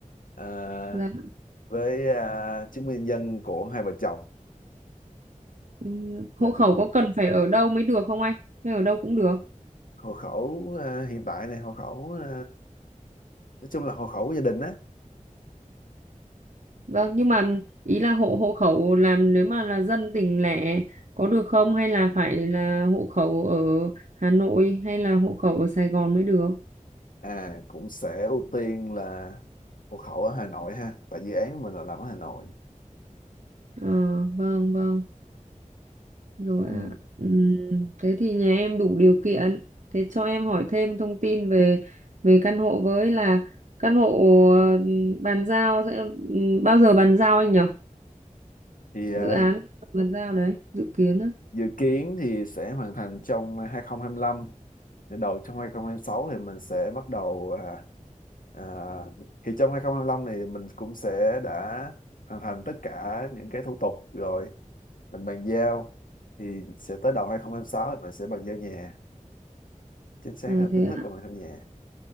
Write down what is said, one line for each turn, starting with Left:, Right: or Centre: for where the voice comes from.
Left: à,
Right: Dạ.
Left: với à, chứng minh nhân dân của hai vợ chồng
Right: ừ, Hộ
Left: là được
Right: khẩu có cần phải ở đâu mới được không anh? Hay ở đâu cũng được.
Left: hộ khẩu à, hiện tại này hộ khẩu à, nói chung là hộ khẩu của gia đình á
Right: Vâng, nhưng mà ý là hộ hộ khẩu làm nếu mà là dân tỉnh lẻ có được không hay là phải là hộ khẩu ở Hà Nội hay là hộ khẩu ở Sài Gòn mới được?
Left: à cũng sẽ ưu tiên là hộ khẩu ở Hà Nội ha tại dự án của mình là làm ở Hà Nội
Right: Ờ, vâng, vâng, rồi
Left: ừ.
Right: ạ. Ừm, thế thì nhà em đủ điều kiện. Thế cho em hỏi thêm thông tin về về căn hộ với là căn hộ ờ, bàn giao sẽ ừm, bao giờ bàn giao anh nhỉ?
Left: thì à,
Right: Dự án bàn giao đấy, dự kiến á.
Left: dự kiến thì sẽ hoàn thành trong 2025 thì đầu trong 2026 thì mình sẽ bắt đầu à, à, thì trong 2025 này thì mình cũng sẽ đã hoàn thành tất cả những cái thủ tục rồi mình bàn giao thì sẽ tới đầu 2026 thì mình sẽ bàn giao nhà chính xác
Right: À,
Left: là
Right: thế
Left: chính thức
Right: ạ.
Left: là bàn giao nhà